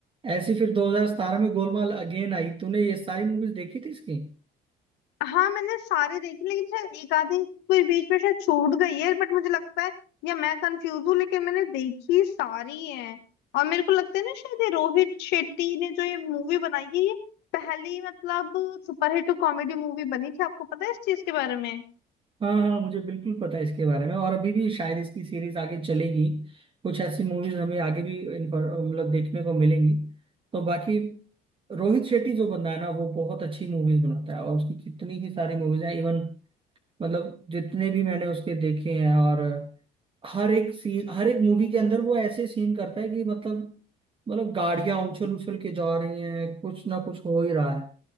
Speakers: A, on the right; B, on the left.
A: ऐसी फिर 2017 में गोलमाल अगेन आई तूने ये सारी मूवीज देखी थी इसकी
B: हाँ मैंने सारे देखे लेकिन शायद एक आधी कोई बीच में शायद छूट गई है बट मुझे लगता है या मैं कंफ्यूज हूँ लेकिन मैंने देखी सारी है और मेरे को लगता है ना शायद ये रोहित शेट्टी ने जो ये मूवी बनाई है ये पहली मतलब सुपरहिट कॉमेडी मूवी बनी थी आपको पता है इस चीज के बारे में
A: हाँ हाँ मुझे बिल्कुल पता है इसके बारे में और अभी भी शायद इसकी सीरीज आगे चलेगी कुछ ऐसी मूवीज हमें आगे भी इन्फॉर- मतलब देखने को मिलेंगी तो बाकी रोहित शेट्टी जो बंदा है ना वो बहुत अच्छी मूवीज बनाता है और उसकी कितनी ही सारी मूवीज हैं इवन मतलब जितने भी मैंने उसके देखे हैं और हर एक सीन हर एक मूवी के अंदर वो ऐसे सीन करता है कि मतलब मतलब गाड़ियां उछल उछल के जा रही हैं कुछ ना कुछ हो ही रहा है